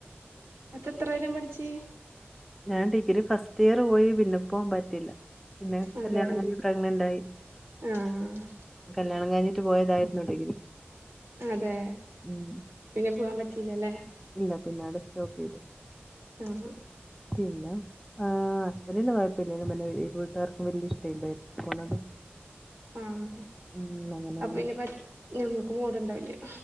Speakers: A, on the right (about 80°); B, in the centre.
A: അപ്പ എത്ര വരേം പഠിച്ച്?
B: ഞാൻ ഡിഗ്രി ഫസ്റ്റ് ഇയർ പോയി പിന്നെ പോവാൻ പറ്റിയില്ല. പിന്നെ
A: അതെ
B: കല്യാണം കഴിഞ്ഞ് പ്രഗ്നന്റ് ആയി.
A: ആഹ്
B: കല്യാണം കഴിഞ്ഞിട്ട് പോയതായിരുന്നു ഡിഗ്രി
A: അതെ
B: ഉം.
A: പിന്നെ പോവാൻ പറ്റില്ലല്ലേ?
B: ഇല്ല പിന്നേ ആടെ സ്റ്റോപ്പെയ്തു.
A: ഉംഹ്
B: പിന്നേ? ആഹ് ഹസ്ബന്റിന് കുഴപ്പല്ലെനി നമ വീട്ടുകാർക്കും വലിയ ഇഷ്ടല്ലയിനി പോണത്.
A: ആഹ്
B: ഉം, അങ്ങനെ
A: അപ്പ പിന്നെ പ ഞമ്മക്ക് മൂട് ഇണ്ടാവില്ല്യാ.